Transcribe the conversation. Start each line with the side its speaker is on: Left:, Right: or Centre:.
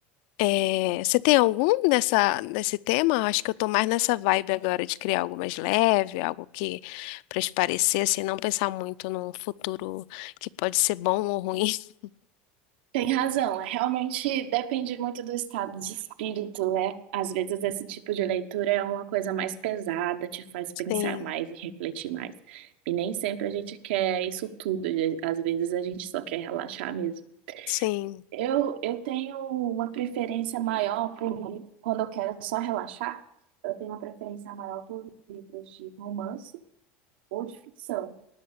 Left: É, você tem algum nessa, nesse tema? Acho que eu tô mais nessa vibe agora de criar algo mais leve, algo que para espairecer, assim, não pensar muito num futuro que pode ser bom ou ruim. <laughs>
Right: Tem razão, é, realmente depende muito do estado de espírito, né? Às vezes esse tipo de leitura é uma coisa mais pesada, te faz pensar
Left: Sim,
Right: mais e refletir mais. E nem sempre a gente quer isso tudo, e às vezes a gente só quer relaxar mesmo.
Left: sim.
Right: Eu, eu tenho uma preferência maior por livro, quando eu quero só relaxar, eu tenho uma preferência maior por livros de romance ou de ficção.